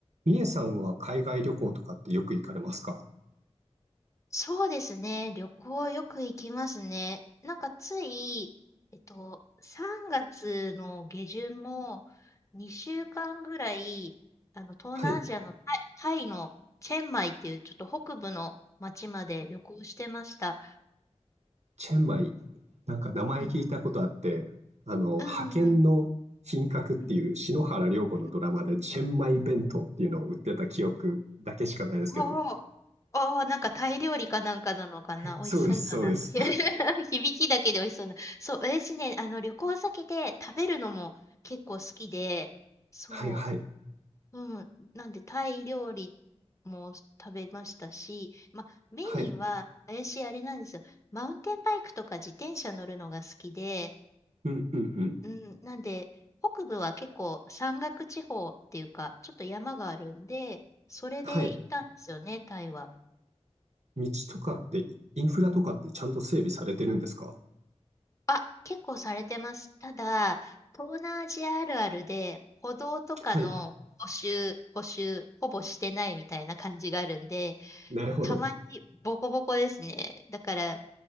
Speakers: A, on the right; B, on the left.
A: みえさんは海外旅行とかってよく行かれますか
B: そうですね。旅行よく行きますね。なんかつい、えっと、3月の下旬も2週間ぐらい、あの、東南アジアのタイ、
A: はい。
B: タイのチェンマイっていうちょっと北部の町まで旅行してました。
A: チェンマイ。なんか名前聞いたことあって、
B: うん。
A: あの、派遣の品格っていう篠原涼子のドラマでチェンマイ弁当っていうのを売ってた記憶だけしかないですけど。
B: うんうん。うん。うんうんおー、おー、なんかタイ料理かなんかなのかな。
A: <laughs>
B: 美味しそうだな。
A: そうです、そうです。
B: <laughs> 響きだけで美味しそうな。そう、私ね、あの、旅行先で食べるのも結構好きで、そ
A: はいはい。
B: う、うん。なんで、タイ料理も食べましたし、ま、メインは、
A: はい。
B: 私、あれなんですよ。マウンテンバイクとか自転車乗るのが好きで、
A: うんうんうん。
B: うん。なんで、北部は結構山岳地方っていうか、ちょっと山があるんで、それで行ったんですよね、
A: はい。
B: タイは。
A: 道とかって、インフラとかってちゃんと整備されてるんですか
B: あ、結構されてます。ただ、東南アジアあるあるで、歩道とかの補修、
A: はい。
B: 補修、ほぼしてないみたいな感じがあるんで、
A: なるほど。
B: たまにボコボコですね。だから、